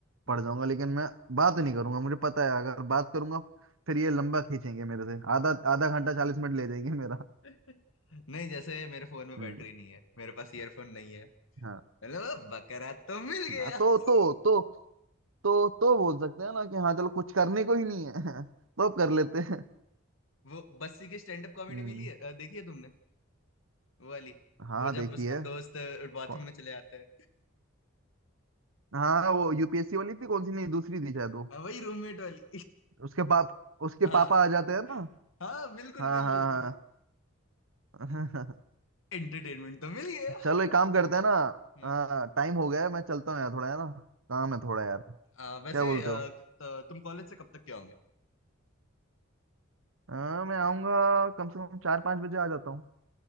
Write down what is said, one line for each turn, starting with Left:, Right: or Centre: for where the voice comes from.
Right: पड़
Left: हाँ
Right: जाऊंगा लेकिन मैं बात नहीं करूंगा मुझे पता है अगर बात करूंगा फिर ये लंबा खींचेंगे मेरे से आधा आधा घंटा चालीस मिनट ले जाएंगे मेरा
Left: <laughs> नहीं जैसे मेरे फोन में बैटरी
Right: हम्म।
Left: नहीं है मेरे पास ईयरफोन नहीं है
Right: हाँ
Left: हेलो बकरा तो मिल
Right: हाँ,
Left: गया
Right: तो
Left: <laughs>
Right: तो तो तो तो बोल सकते हैं ना कि हाँ चलो कुछ करने को ही नहीं है <laughs> तो अब कर लेते हैं
Left: वो बस्सी की स्टैंड अप कॉमेडी
Right: हम्म
Left: मिली है अ, देखी है तुमने वो वाली
Right: हाँ
Left: वो
Right: देखिए
Left: जब उसका दोस्त बाथरूम
Right: कौ-
Left: में चले जाता है
Right: हाँ वो यूपीएससी वाली थी कौन सी नहीं दूसरी थी शायद वो
Left: अ, वही रूममेट वाली
Right: उसके पाप उसके
Left: <laughs> हाँ
Right: पापा आ जाते हैं ना
Left: हाँ बिल्कुल
Right: हाँ
Left: बिल्कुल
Right: हाँ हाँ
Left: <laughs> एंटरटेनमेंट तो मिल गया
Right: <laughs> चलो एक काम करते हैं ना
Left: हाँ
Right: हाँ टाइम हो गया है मैं चलता हूँ यार थोड़ा है ना काम है थोड़ा यार
Left: अ,
Right: क्या
Left: वैसे
Right: बोलते
Left: अ,
Right: हो
Left: त- तुम कॉलेज से कब तक के
Right: हाँ मैं आऊँगा कम से कम चार पाँच बजे आ जाता हूँ